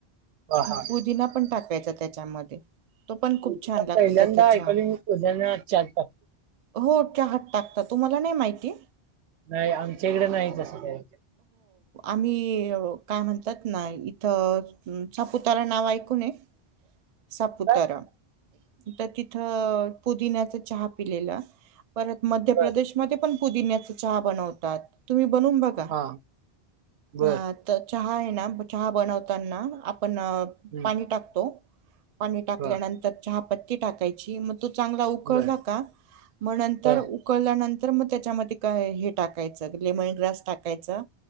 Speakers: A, on the right; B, on the right.
A: हा हा
B: पुदिना पण टाकायचा त्याच्यामध्ये. तो पण
A: पुदीना
B: खूप छान लागतो
A: पहिल्यांदा
B: त्याचा चहा
A: ऐकालोय मी, पुदीना चहात टाकत
B: हो चहात टाकतात, तुम्हाला नाही माहिती?
A: नाही, आमच्या इकड नाही तसं काय.
B: णि अ काय म्हणतात ना, इथं <unintelligible> नाव ऐकून ये? सापुतारा
A: काय
B: त तिथं पुदिन्याचा चहा पिलेला परत मध्यप्रदेश
A: बर
B: मध्ये पण पुदिन्याच चहा बनवतात, तुम्ही बनुन बगा
A: हा बर
B: ना त चहा हाय ना, चहा बनवताना आप पण
A: हम्म
B: पाणी टाकतो पाणी टाकल्यानंतर
A: बर
B: चहा पत्ती टाकायची मग - चांगला उकळला
A: बर
B: का, मन नंतर
A: ह
B: उकळल्यानंत - तर मग त्याच्यामध्ये काय हे टाकायचं. लेमन ग्रास टाकायचं,